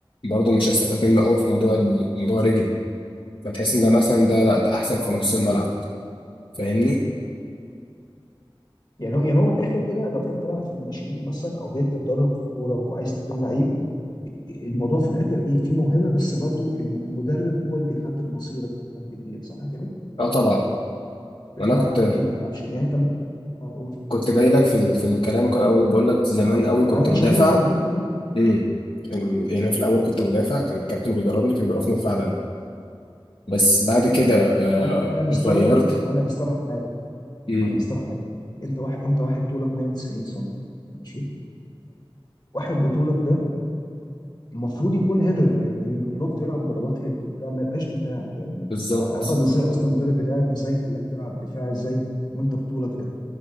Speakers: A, on the left; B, on the left.
A: برضه مش هستفاد منه قوي في موضوع ال- موضوع رجلي فتحس ان ده مثلا ده لا ده احسن
B: اه
A: في نص الملعب فاهمني؟
B: يعني هو يعني هو من الاخر كده لو انت بتلعب في الناشئين مثلا او جاي تتدرب في الكوره وعايز تكون لعيب الموضوع في الاخر ايه في موهبه بس برضو الم- المدرب هو اللي بيحدد مصيرك بيحدد ايه صح كده
A: اه طبعا وانا
B: تلعب
A: كنت
B: ايه وما تلعبش إيه. يعني انت م- اه قول
A: كنت جاي لك في ال- في الكلام كان اول بقول لك زمان قوي
B: ما
A: كنت
B: انا
A: مدافع
B: عشان عايز افهم الحته دي
A: امم يعني يعني في الاول كنت مدافع كان الكابتن بيدربني كان بيوقفني دفاع دايما بس بعد كده آه
B: ما هو انا انا مستغرب
A: غيرت
B: ما هو انا مستغرب حاجه
A: امم
B: ما انا مستغرب حاجه انت واحد انت واحد طولك 190 سم ماشي فواحد بطولك ده المفروض يكون هيدر يعني ينط يلعب ضربات هيد وبتاع ما يبقاش دفاع يعني
A: بالظبط
B: ما- أنا فاهم ازاي اصلا المدرب بتاعك ازاي خلاك تلعب دفاع ازاي وانت بطولك ده